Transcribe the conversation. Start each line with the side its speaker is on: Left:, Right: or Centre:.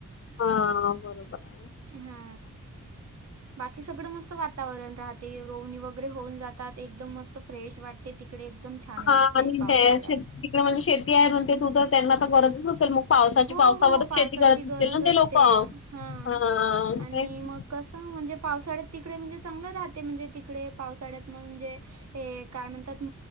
Left: हा बरोबर‌ हे.
Right: हा. बाकी सगळं मस्त वातावरण राहते रोवणी वगैरे होऊन जातात एकदम मस्त फ्रेश वाटते तिकडे एकदम. छान
Left: हा
Right: वाटते
Left: आणि
Right: पावसाळ्यात.
Left: तिकडे म्हणजे शेती आहे म्हणते तू तर त्यांना तर गरजच असेल मग. पावसाची
Right: हो,
Left: पावसावरच
Right: हो. पावसाची
Left: शेती करत असतील
Right: गरज
Left: ना
Right: असते.
Left: ते लोक हा
Right: हां. आणि
Left: तेच.
Right: मग कसं म्हणजे पावसाळ्यात तिकडे म्हणजे चांगलं राहते म्हणजे तिकडे पावसाळ्यात मग म्हणजे हे काय म्हणतात